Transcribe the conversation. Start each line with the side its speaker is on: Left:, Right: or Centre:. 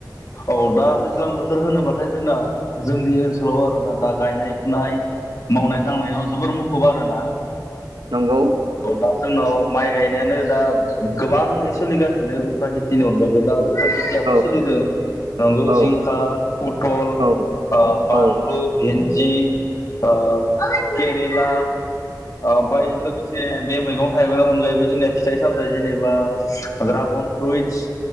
Left: औ दा दैज्लां बोथोर होनोबाथाय जोंना जोंनि ओन सोलाव आरो ना दा गायनाय फुनाय मावनाय दांनायाव जोबोर मुखुब आरोना।
Right: नंगौ
Left: औ दा जोंनाव माइ गायनायानो दा गोबाङै सोलिगासिनो उफ्रा खेथिनि अनगायैबो दा फ्रा खेथियाबो
Right: औ
Left: सोलिदों नंगौ
Right: औ
Left: जिंखा पथल
Right: औ
Left: आ बानलु
Right: औ
Left: भेन जि केरेला ओमफ्राय लोगोसे एसे बे मैगं थाइगंनि अनगायैबो जोंनिया फिथाइ सामथाइ जेनेबा दड्रागन फ्रुइटस